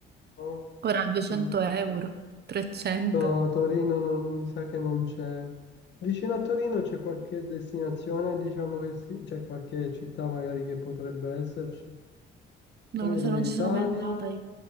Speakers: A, on the left; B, on the right.
A: no,
B: Ora
A: Pisa-
B: 200 euro, 300.
A: no, Torino non mi sa che non c'è. Vicino a Torino c'è qualche destinazione, diciamo che sì, c'è qualche città magari che potrebbe esserci.
B: Non
A: Famiglia
B: lo so,
A: dell'Italia.
B: non ci sono mai andata io.